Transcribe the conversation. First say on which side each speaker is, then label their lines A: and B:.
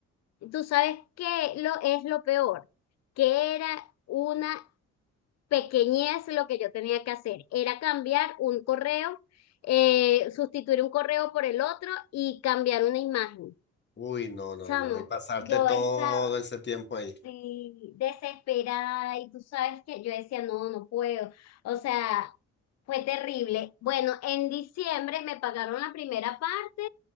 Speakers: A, on the left; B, on the left.
A: Tú sabes qué lo, es lo peor, que era una pequeñez lo que yo tenía que hacer, era cambiar un correo, eh, sustituir un correo por el otro y cambiar una imagen.
B: Uy, no, no,
A: Chamo,
B: no. Y pasarte
A: yo
B: todo
A: estaba
B: ese tiempo ahí.
A: sí, desesperada y tú sabes que yo decía, no, no puedo. O sea, fue terrible. Bueno, en diciembre me pagaron la primera parte